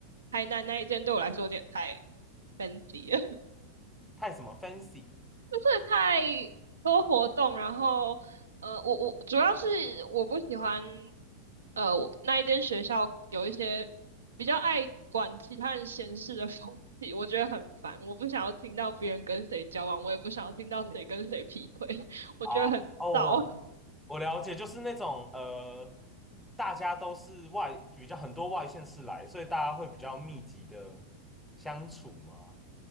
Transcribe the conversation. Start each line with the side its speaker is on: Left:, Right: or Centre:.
Right: 台南那一间对我来说有点太 fancy 了。
Centre: 太什么 fancy
Right: 就是太多活动，然后呃，我我主要是我不喜欢呃我那一间学校有一些比较爱管其他人闲事的风气，我觉得很烦。我不想要听到别人跟谁交往，我也不想要听到谁跟谁劈腿，<laughs> 我觉得很燥。
Centre: 哦哦，我了解，就是那种呃，大家都是外，比较很多外县市来，所以大家会比较密集的相处吗？